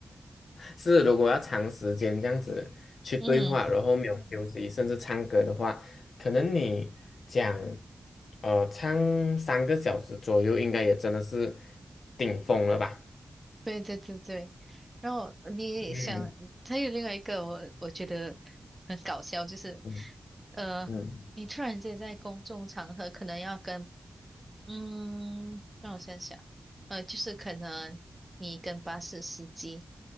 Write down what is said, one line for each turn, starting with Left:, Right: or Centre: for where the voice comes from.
Left: 是，如果要长时间这样子去对话，
Right: 嗯，
Left: 然后没有休息，甚至唱歌的话，可能你讲，呃，唱三个小时左右，应该也真的是顶峰了吧？
Right: 对对对对，然后你想，
Left: 嗯
Right: 还有另外一个我我觉得很搞笑，就是，
Left: 嗯
Right: 呃，
Left: 嗯，
Right: 你突然间在公众场合可能要跟嗯，让我想想，呃，就是可能你跟巴士司机